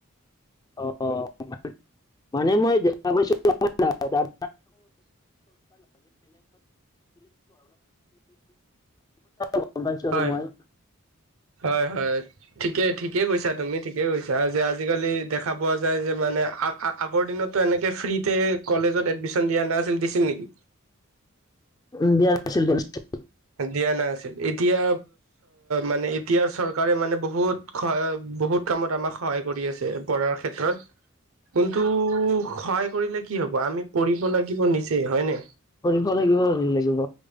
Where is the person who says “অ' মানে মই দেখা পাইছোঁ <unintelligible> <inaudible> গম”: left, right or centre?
Left